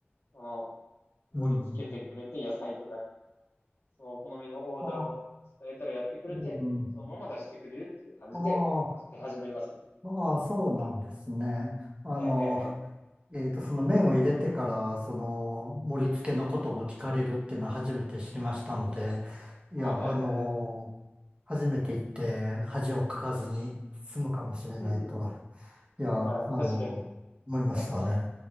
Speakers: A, on the left; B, on the right.
A: その、盛り付けてくれて、
B: うん。
A: 野菜とか、そのお好みのオーダーを伝えたらやってくれて、
B: あ、うん。
A: そのまま出してくれるっていう感じで、
B: ああ。
A: 食べ始めますね。
B: ああ、そうなんですね。あの、
A: はいはいはい。
B: えっと、その麺を入れてから、その盛り付けのことを聞かれるっていうのは初めて知りましたので、いや、
A: あ、はいはいはい。
B: あの、初めて行って恥をかかずに済むかもしれないと、
A: うん <laughs>
B: いや、
A: まあ、
B: あの、
A: 確かに。
B: 思いましたね。
A: はい。